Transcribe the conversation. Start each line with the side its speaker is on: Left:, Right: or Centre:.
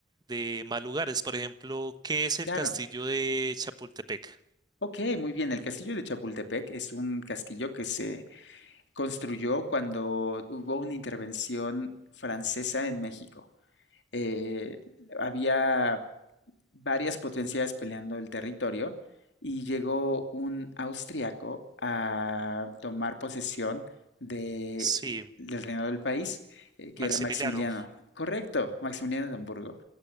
Right: de más lugares. Por ejemplo, ¿qué es el
Left: Claro.
Right: castillo de Chapultepec?
Left: Ok, muy bien. El castillo de Chapultepec es un castillo que se construyó cuando hubo una intervención francesa en México. eh, había varias potencias peleando el territorio y llegó un austriaco a tomar posesión de-
Right: Sí,
Left: del reinado del país, eh, que
Right: Maximiliano.
Left: era Maximiliano. Correcto, Maximiliano de Hamburgo.